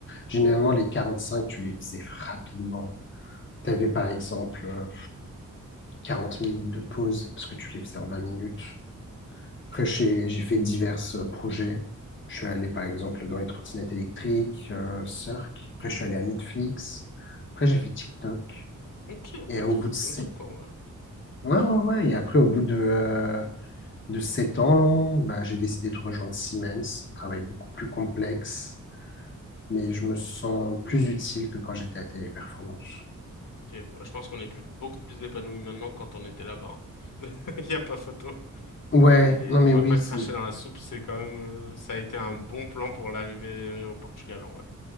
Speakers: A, on the left; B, on the left.
A: Généralement, les 45, tu les faisais rapidement. Tu avais par exemple euh, 40 minutes de pause parce que tu les faisais en 20 minutes. Après, j'ai j'ai fait divers euh, projets. Je suis allé, par exemple, dans les trottinettes électriques, euh, Cirque. Après, je suis allé à Netflix. Après, j'ai fait TikTok.
B: Ok, ouais,
A: Et au
B: t'as
A: bout
B: fait
A: de sept...
B: plein de en vrai.
A: Ouais, ouais, ouais. Et après, au bout de, euh, de sept ans, là, bah, j'ai décidé de rejoindre Siemens. Travail beaucoup plus complexe, mais je me sens plus utile que quand j'étais à Téléperformance.
B: Ok, ouais, je pense qu'on est plus, beaucoup plus épanouis maintenant que quand on était là-bas. hein. Il <laughs> y a pas photo.
A: Ouais,
B: Mais
A: non, mais
B: on va
A: oui,
B: pas
A: c'est...
B: cracher dans la soupe, c'est quand même, euh, ça a été un bon plan pour l'arrivée euh, au Portugal en vrai.